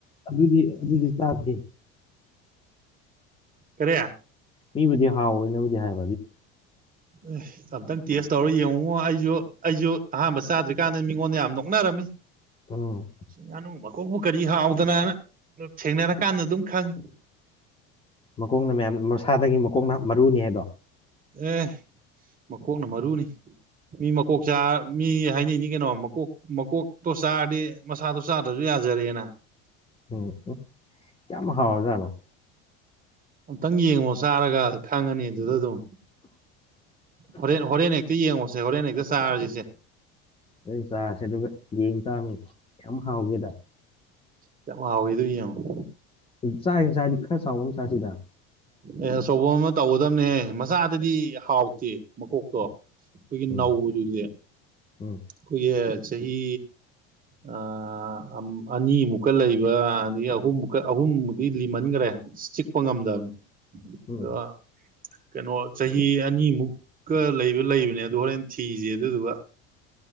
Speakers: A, on the left; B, on the right.
A: ꯑꯗꯨꯗꯤ ꯑꯗꯨꯗꯤ ꯆꯥꯗꯦ
B: ꯀꯌꯤ
A: ꯃꯤꯕꯨꯗꯤ ꯍꯥꯎꯋꯦꯅꯕꯨꯗꯤ ꯍꯥꯏꯋ
B: ꯑꯦ ꯑꯝꯇꯪ ꯇꯦꯁ ꯇꯧꯔ ꯌꯦꯡꯉꯨꯉꯣ ꯑꯩꯁꯨ ꯑꯩꯁꯨ ꯑꯍꯝꯕ ꯆꯥꯗ꯭ꯔꯤꯀꯥꯟꯗ ꯃꯤꯉꯣꯟꯗ ꯌꯥꯝ ꯅꯣꯛꯅꯔꯝꯃꯤ
A: ꯎꯝ
B: ꯉꯥꯅꯨ ꯀꯣꯛꯕꯨ ꯀꯔꯤ ꯍꯥꯎꯗꯅꯅ ꯊꯦꯡꯅꯔꯀꯥꯟꯗ ꯑꯗꯨꯝ ꯈꯪꯉꯤ
A: ꯃꯀꯣꯛꯅ ꯃꯌꯥꯝ ꯃꯁꯥꯗꯒꯤ ꯃꯀꯣꯛꯅ ꯃꯔꯨꯅꯤ ꯍꯥꯏꯗꯣ
B: ꯑꯦ ꯃꯀꯣꯛꯅ ꯃꯔꯨꯅꯤ ꯃꯤ ꯃꯀꯣꯛ ꯆꯥ ꯃꯤ ꯍꯥꯏꯅꯩꯅꯤ ꯀꯩꯅꯣ ꯃꯀꯣꯛ ꯃꯀꯣꯛꯇꯣ ꯆꯥꯔꯗꯤ ꯃꯁꯥꯗꯣ ꯆꯥꯗ꯭ꯔꯁꯨ ꯌꯥꯔꯦ ꯖꯔꯦꯅꯥ
A: ꯎꯝ ꯎ ꯀꯌꯥꯝ ꯍꯥꯎꯔꯖꯥꯅꯣ
B: ꯑꯝꯇꯪ ꯌꯦꯡꯉꯣ ꯆꯥꯔꯒ ꯈꯪꯉꯅꯤ ꯑꯗꯨꯗ ꯑꯗꯨꯝ ꯍꯣꯔꯦꯟ ꯍꯣꯔꯦꯟ ꯍꯦꯛꯇ ꯌꯦꯡꯉꯣꯁꯦ ꯍꯣꯔꯦꯟ ꯍꯦꯛꯇ ꯆꯥꯔꯁꯤꯁꯦ
A: ꯑ ꯆꯥꯁꯦ ꯑꯗꯨꯒ ꯌꯦꯡ ꯇꯥꯃꯤ ꯀꯌꯥꯝ ꯍꯥꯎꯒꯦꯗ
B: ꯀ꯭ꯌꯥꯝ ꯍꯥꯎꯋꯤꯗꯣ ꯌꯦꯡꯎ
A: ꯆꯥꯒꯦꯅ ꯆꯥꯔꯗꯤ ꯈꯔ ꯆꯥꯎꯕ ꯑꯃ ꯆꯁꯤꯗ
B: ꯑꯦ ꯑꯆꯧꯕ ꯑꯃ ꯇꯧꯒꯗꯝꯅꯦꯍꯦ ꯃꯆꯥꯗꯗꯤ ꯍꯥꯎꯇꯦ ꯃꯀꯣꯛꯇꯣ ꯑꯩꯈꯣꯏꯒꯤ
A: ꯎꯝ
B: ꯅꯧꯕꯗꯨꯗꯤ
A: ꯎꯝ
B: ꯑꯩꯈꯣꯏꯒꯤ ꯆꯍꯤ ꯑꯥ ꯑꯅꯤꯃꯨꯛꯀ ꯂꯩꯕ ꯑꯗꯒꯤ ꯑꯍꯨꯝꯃꯨꯛꯀ ꯑꯍꯨꯝꯕꯨꯗꯤ ꯂꯤꯃꯟꯒ꯭ꯔꯦ ꯆꯤꯛꯄ ꯉꯝꯗꯕꯅꯦ
A: ꯎꯝ
B: ꯑ ꯀꯩꯅꯣ ꯆꯍꯤ ꯑꯅꯤꯃꯨꯛ ꯀ ꯂꯩꯕ ꯂꯩꯕꯅꯦ ꯑꯗꯨ ꯍꯣꯔꯦꯟ ꯊꯤꯁꯤ ꯑꯗꯨꯗꯨꯒ